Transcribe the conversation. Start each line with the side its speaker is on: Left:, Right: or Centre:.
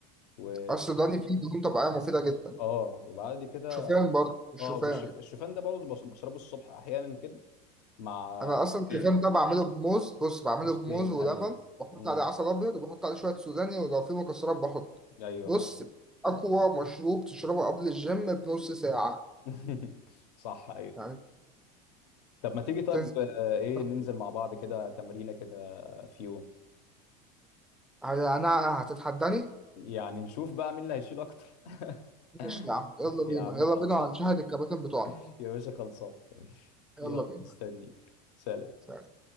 Left: و
Centre: اصل السوداني فيه دهون طبيعيه مفيده جدا
Left: اه وبعد كده
Centre: شوفان برضو الشوفان
Left: اه والشوف الشوفان ده برضه بش- بشربه الصبح احيانا كده مع
Centre: انا
Left: موزتين
Centre: اصلا الشوفان ده بعمله بموز بص بعمله
Left: موزتين
Centre: بموز ولبن
Left: ايوه
Centre: بحط
Left: امم
Centre: عليه عسل ابيض وبحط عليه شويه سوداني ولو في مكسرات بحط
Left: ايوه
Centre: بص
Left: فعلا
Centre: اقوى مشروب تشربه قبل الجيم بنص ساعه
Left: <laughs> صح ايوه
Centre: يعني
Left: طب ما تيجي طيب
Centre: تنزل
Left: آه، ايه
Centre: تحدي.
Left: ننزل مع بعض كده تمرينة كده في يوم
Centre: انا أنا هتتحداني
Left: يعني نشوف بقى مين اللي هيشيل اكتر <laughs>
Centre: ماشي يا عم يلا
Left: يا
Centre: بينا
Left: عم
Centre: يلا
Left: خلصان
Centre: بينا هنشاهد الكباتن بتوعنا
Left: <laughs> يا باشا خلصان
Centre: يلا
Left: يلا
Centre: بينا
Left: مستنيك سلام
Centre: يلا.